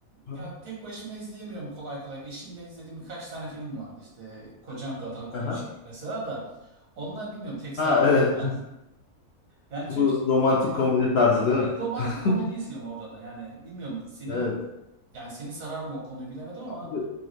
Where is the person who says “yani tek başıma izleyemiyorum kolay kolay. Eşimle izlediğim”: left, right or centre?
Right